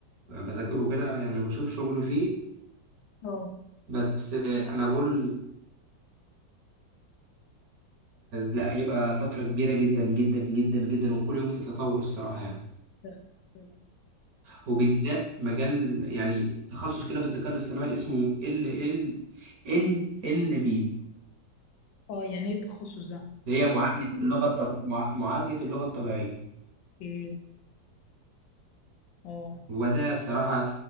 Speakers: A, on the right; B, on the left.
A: أنا بذاكره
B: إيه؟
A: كده يعني بشوف شغل فيه
B: اه
A: بس آه، انا بقول لا هيبقى طفرة كبيرة جدا جدا جدا جدا وكل يوم في تطور الصراحة يعني
B: فعلا فعلا.
A: وبالذات مجال يعني تخصص كده في الذكاء الاصطناعي اسمه ال ال ان ال بي
B: اه يعني ايه التخصص ده؟
A: اللي هي معالجة اللغة الطب... مع- معالجة اللغة الطبيعية
B: ايه اه
A: وده الصراحة